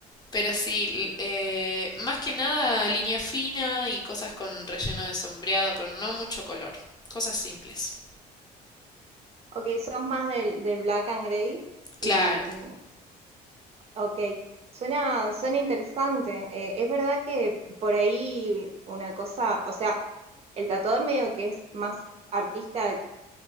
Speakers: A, on the left; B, on the right.
A: pero sí, l- eh, más que nada línea fina y cosas con relleno de sombreado, pero no mucho color. Cosas simples.
B: Ok, sos más del, del black and gray. Y
A: Claro.
B: ok, suena, suena interesante. Eh, es verdad que por ahí una cosa, o sea, el tatuador medio que es más artista